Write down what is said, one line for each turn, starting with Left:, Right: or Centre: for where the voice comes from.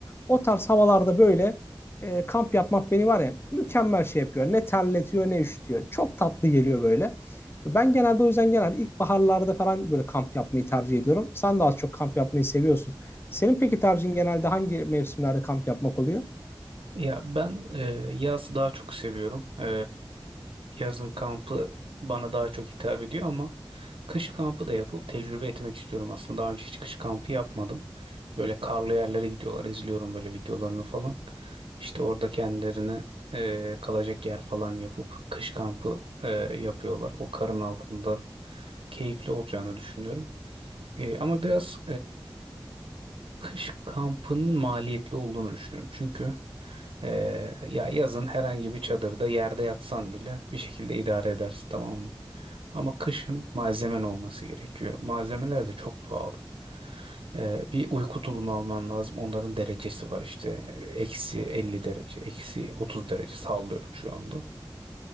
Left: O tarz havalarda böyle e, kamp yapmak beni var ya mükemmel şey yapıyor. Ne terletiyor ne üşütüyor. Çok tatlı geliyor böyle. Ben genelde o yüzden genelde ilkbaharlarda falan böyle kamp yapmayı tercih ediyorum. Sen de az çok kamp yapmayı seviyorsun. Senin peki tercihin genelde hangi mevsimlerde kamp yapmak oluyor?
Right: Ya ben e, yaz daha çok seviyorum. E, yazın kampı bana daha çok hitap ediyor ama kış kampı da yapıp tecrübe etmek istiyorum aslında. Daha önce hiç kış kampı yapmadım. Böyle karlı yerlere gidiyorlar. izliyorum böyle videolarını falan. İşte orada kendilerine e, kalacak yer falan yapıp kış kampı e, yapıyorlar. O karın altında keyifli olacağını düşünüyorum. E, ama biraz Kış kampının maliyetli olduğunu düşünüyorum. Çünkü eee, ya yazın herhangi bir çadırda yerde yatsan bile bir şekilde idare edersin tamam mı? Ama kışın malzemen olması gerekiyor. Malzemeler de çok pahalı. Eee, bir uyku tulumu alman lazım. Onların derecesi var işte. Eksi 50 derece, eksi 30 derece sallıyorum şu anda.